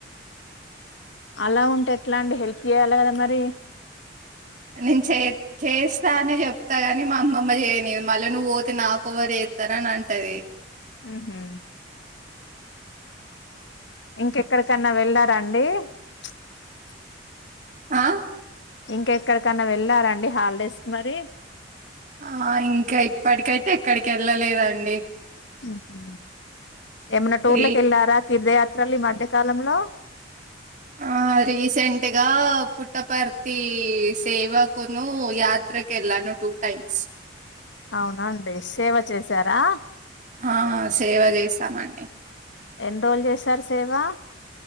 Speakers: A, on the left (about 75°); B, on the right (about 45°).
A: అలా ఉంటే ఎట్లా అండి హెల్ప్ జెయ్యాల కదా మరీ.
B: నేను చే చేస్తా అనే చెప్తా గాని మా అమ్మమ్మ చెయ్యనియ్యదు మళ్ళా నువ్వు పోతే నాకొవరు చేత్ తన నంటదీ
A: ఊహు ఇంకెక్కడికన్నా వెళ్లారా అండీ ప్చ్
B: ఆ
A: ఇంకెక్కడికన్నా వెళ్ళారండి హాలిడేస్ కి మరీ.
B: ఆ ఇంకా ఇప్పటికైతే ఎక్కడికి ఎళ్ళలేదండి.
A: ఊహు ఏమన్నా టూర్లకి
B: రీ
A: ఎళ్ళారా తిర్ధ యాత్ త్రలు ఈ మధ్యకాలంలో
B: ఆ రీసెంట్గా పుట్టపర్తీ సేవక్ కునూ యాత్రక్ ఎళ్ళాను టూ టైమ్స్
A: అవునా అండి సేవ చేశారా.
B: హా సేవ చేశామండి.
A: ఎన్రోజులు చేశారు సేవా.